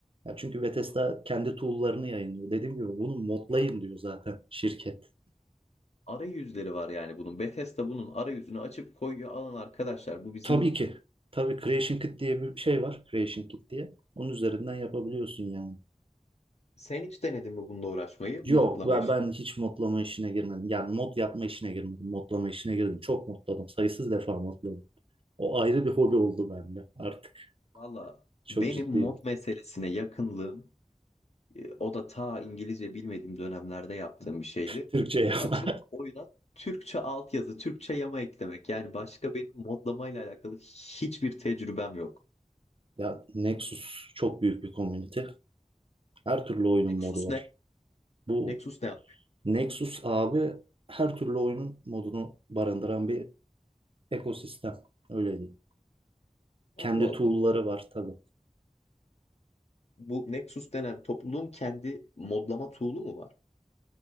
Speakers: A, on the right; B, on the left.
A: Ya çünkü Bethesda
B: Allah Allah.
A: kendi tool'larını yayınlıyor. Dediğim gibi bunu modlayın diyor zaten şirket.
B: Arayüzleri var yani bunun. Bethesda bunun arayüzünü açıp koyuyor. Alın arkadaşlar bu bizim...
A: Tabii ki. Tabii Creation Kit diye bir şey var. Creation Kit diye. Onun üzerinden yapabiliyorsun yani.
B: Sen hiç denedin mi bununla uğraşmayı,
A: Yok
B: modlamayı?
A: ben, ben hiç modlama işine girmedim. Yani mod yapma işine girmedim. Modlama işine girdim. Çok modladım. Sayısız defa modladım. O ayrı bir hobi oldu bende artık.
B: Valla
A: Çok
B: benim
A: ciddiyim.
B: mod meselesine yakınlığım e, o da ta İngilizce bilmediğim dönemlerde yaptığım bir şeydi.
A: Türkçe yapma.
B: Açıp
A: <laughs>
B: oyuna Türkçe altyazı, Türkçe yama eklemek. Yani başka benim modlamayla alakalı hiçbir tecrübem yok.
A: Ya Nexus çok büyük bir komünite. Her türlü oyunun
B: Nexus
A: modu var.
B: ne?
A: Bu
B: Nexus ne? abi?
A: Nexus abi her türlü oyunun modunu barındıran bir ekosistem. Öyle diyeyim.
B: Allah
A: Kendi
B: Allah.
A: tool'ları var tabii.
B: Bu Nexus denen topluluğun kendi modlama tool'u mu var?